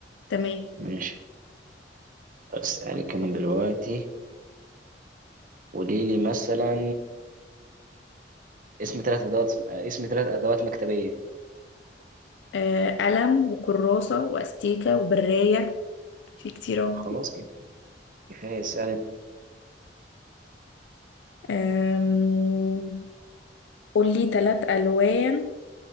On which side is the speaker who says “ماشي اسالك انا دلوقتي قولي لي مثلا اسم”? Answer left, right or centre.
Right